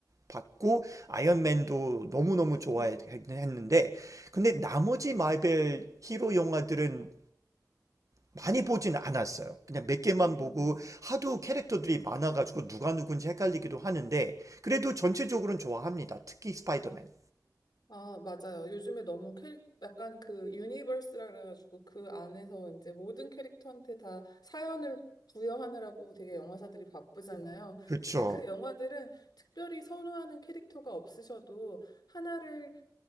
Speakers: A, on the right; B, on the left.
A: 봤고 아이언맨도 너무너무 좋아했는데
B: 음,
A: 근데 나머지 마벨 히로 영화들은 많이 보진 않았어요. 그냥 몇 개만
B: 음.
A: 보고 하도 캐릭터들이 많아가지고 누가 누군지 헷갈리기도 하는데 그래도 전체적으로는 좋아합니다. 특히 스파이더맨.
B: 아, 맞아요. 요즘에 너무 캐릭, 약간 그 유니버스라 그래가지고 그 안에서 이제 모든 캐릭터한테 다 사연을 부여하느라고 되게 영화사들이 바쁘잖아요.
A: 그렇죠.
B: 근데 그 영화들은 특별히 선호하는 캐릭터가 없으셔도 하나를